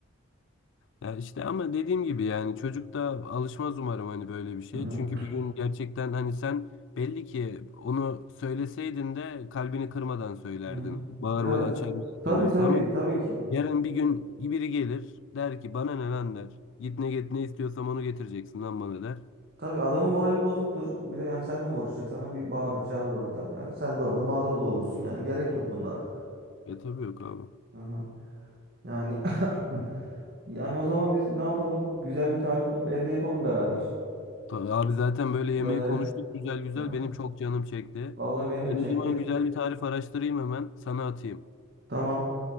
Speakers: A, on the left (about 60°); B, on the right (about 45°).
A: Ya işte ama dediğim gibi yani çocuk da alışmaz umarım hani böyle bir şey.
B: Hı hı.
A: Çünkü bir gün gerçekten hani sen belli ki onu söyleseydin de kalbini kırmadan söylerdin.
B: Hı hı.
A: Bağırmadan,
B: Evet.
A: çağırmadan
B: Tabii
A: söylersin
B: tabii
A: ama
B: tabii ki.
A: yarın bir gün biri gelir der ki bana ne lan der. Git ne get ne istiyorsam onu getireceksin lan bana der.
B: Tabii adamın morali bozuktur. Bir de yani seninle mi uğraşacak? Sana bir bağırır çağırır orada. Yani sen de orada mağdur da olursun yani. Gerek yok bunlara.
A: E tabii yok abi.
B: Hı hı. Yani <coughs> <laughs> yani o zaman biz ne yapalım? Güzel bir tarif bulup evde yapalım beraber.
A: Ta- Abi zaten böyle yemeği
B: Döneri.
A: konuştuk güzel güzel
B: Hı.
A: benim çok canım çekti.
B: Vallahi benim
A: Ben
B: de çekti.
A: o zaman güzel bir tarif araştırayım hemen sana atayım.
B: Tamam.